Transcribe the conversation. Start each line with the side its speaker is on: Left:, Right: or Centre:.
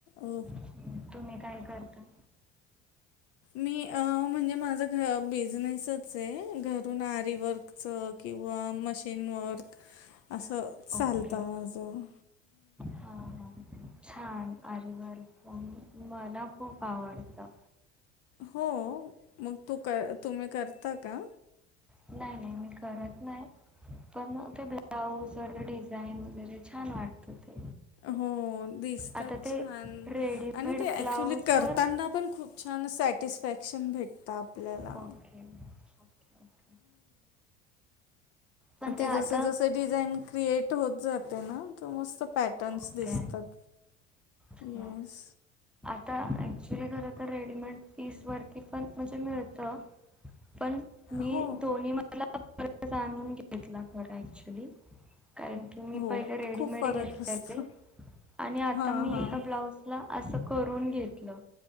Left: ओ
Centre: हम्म. तुम्ही काय करता.
Left: मी म्हणजे माझ बिझनेसच आहे घरून आरीवर्कच. किंवा मशीन वर्क. असं चालतं
Centre: ओके
Left: माझं.
Centre: हां हां छान अरवरलप मला खूप आवडतं.
Left: हो मग तू कर तुम्ही करता का.
Centre: नाही नाही मी करत नाही. पण ते ब्लाऊज व डिझाईन वगैरे छान वाटतं. ते
Left: हो दिसतात
Centre: आता ते
Left: छान
Centre: रेडीमेड
Left: आणि ते
Centre: ब्लाऊजवर
Left: ऍक्च्युली करताना पण खूप छान अस. सटिस्फॅक्शन भेटत आपल्याला्.
Centre: ओके ओके ओके पण
Left: ते
Centre: आता
Left: जस जस डिझाईन क्रिएट होत जाते ना तर मस्त. पॅटन्स
Centre: ओके
Left: दिसतात
Centre: हा
Left: येस.
Centre: आता ॲक्च्युली खरं तर रेडीमेड पीसवरती पण म्हणजे मिळतं पण मी
Left: हो
Centre: दोन्ही मला जाणून घेतला खर ऍक्चुली कारण की मी
Left: हो
Centre: पहिले रेडीमेड
Left: खूप फरक
Centre: घेतलेले
Left: असतो.
Centre: आणि आता
Left: हां
Centre: मी
Left: हां
Centre: एका ब्लाउजला असं करून घेतलं